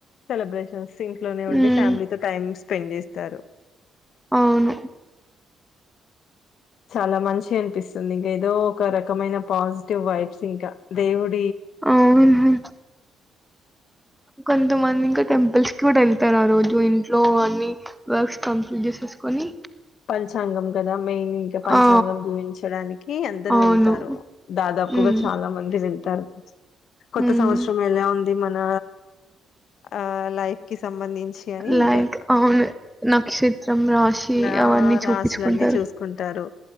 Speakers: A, on the left; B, in the centre.
A: సెలబ్రేషన్స్ ఇంట్లోనే ఉండి
B: హ్మ్.
A: ఫ్యామిలీతో టైమ్ స్పెండ్ చేస్తారు
B: అవును
A: చాలా మంచిగా అనిపిస్తుంది ఇంకా ఏదో ఒక రకమైన పాజిటివ్ వైబ్స్ ఇంకా దేవుడు
B: అవును కొంతమంది ఇంకా టెంపుల్స్ కి కూడా వెళ్తు చెతారు ఆ రోజు ఇంట్లో అన్ని వర్క్స్ కంప్లూట్ జేసేసుకొని
A: పంచాంగం కదా మెయిన్ ఇంకా పంచాంగం
B: ఆ
A: జీవించడానికి అందరు
B: అవును
A: వెళ్తారు దాదాపుగా
B: ఉమ్
A: చాలా మంది వెళ్తారు కొత్త
B: ఉమ్
A: సంవత్సరం ఎలా ఉంది మన ఆ లైఫ్ కి సంబంధించి అని
B: లైక్
A: ఇంకా
B: అవును నక్షత్రం రాశి
A: నా
B: అవన్నీ చూపించుకుంటారు
A: రాసులన్నీ చూసుకుంటారు